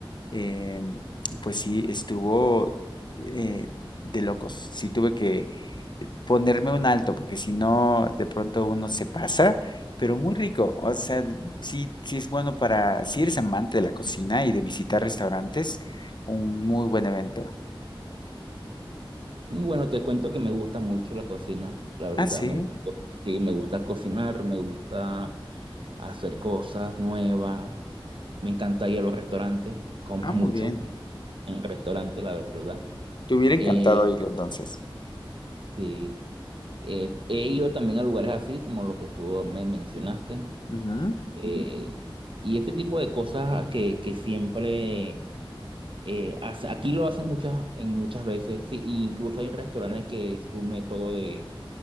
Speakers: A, on the left (about 55°); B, on the right (about 65°).
A: eh, pues sí, estuvo eh, de locos. Sí tuve que eh, ponerme un alto, porque si no, de pronto uno se pasa, pero muy rico. O sea, sí, sí es bueno para, si eres amante de la cocina y de visitar restaurantes, un muy buen evento.
B: Y bueno, te cuento que me gusta mucho la cocina, la verdad,
A: Ah, sí.
B: me gusta, co- sí, me gusta cocinar, me gusta hacer cosas nuevas, me encanta ir a los restaurantes, como
A: Ah, muy
B: mucho
A: bien.
B: en restaurantes, la verdad.
A: Te hubiera encantado
B: Eh,
A: ir entonces.
B: sí. Eh, he ido también a lugares así, como los que tú me mencionaste.
A: Ujú.
B: eh, y ese tipo de cosas que, que siempre eh, hace- aquí lo hacen muchas, en muchas veces. Sí, y incluso hay restaurantes que es su método de,